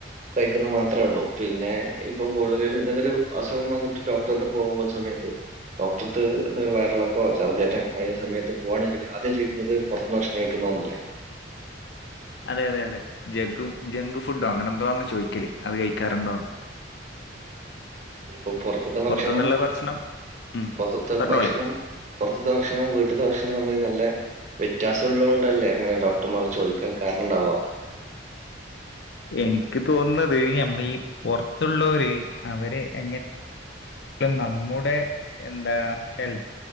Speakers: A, on the right (about 40°); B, on the left (about 60°).
A: കഴിക്കുന്നത് മാത്രേ ഉള്ളൂ പിന്നെ ഇപ്പം കൂടുതലും ഇതെങ്കിലും അസുഖം വന്നിട്ട് ഡോക്ടർ പോകുമ്പോൾ സമയം ഡോക്ടർിലും വയറിളക്കോ ചർറ്റ അ സമയത്ത് പോവാണെങ്കിൽ ആദ്യം ചോദിക്കുന്നത് പുറത്തുന്ന്ക്ഷണഹിക്കുന്നന്നല്ലേ
B: അതെ അതെ അതെ ജ ജക് ഫുഡോ അങ്ങനെ എന്തോന്ന് ചോദിക്കല്േ അത് കഴിക്കാറുണ്ടോന്ന് <inaudible>
A: അത ഇപ്പൊ പുറത്തത്തെ ഭക്ഷണം
B: പുറത്തുന്നുള്ള ഭക്ഷണം ഉം.
A: പുൊറത്തെ
B: പറഞ്ഞോളി
A: ഭക്ഷണം പുൊറത്തത്തെ ഭക്ഷണംവും വീട്ടത്തെ ഭക്ഷണം മ്മ നല്ല വ്യത്യാസം ഉള്ളതത് കൊണ്ടല്ലേ അങ്ങനെ ഡോക്ടർമാർ ചോദിക്കാൻ കാരണം ഉണ്ടാവാ
B: <inaudible> എനിക്ക് തോന്നുന്നത് നമ്മള ഈ പുറത്തുള്ളവര് അവര് എങ്ങനെ ഇ നമ്മുടെ എന്താ ഹെൽത്ത്